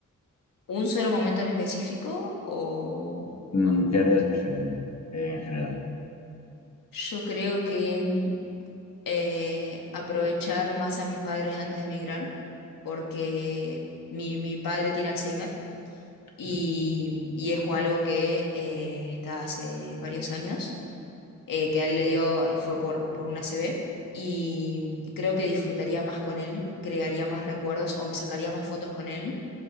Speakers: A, on the left; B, on the left.
A: ¿Un solo momento en específico? O
B: Mm, ¿Qué harías diferente, eh, en general?
A: yo creo que mm, eh, aprovechar más a mis padres antes de emigrar, porque mi, mi padre tiene Alzheimer y,
B: Mm.
A: y es algo que eh, está hace varios años, eh, que a él le dio, eh, fue por, por una CB, y creo que disfrutaría más con él, crearía más recuerdos o me sacaría más fotos con él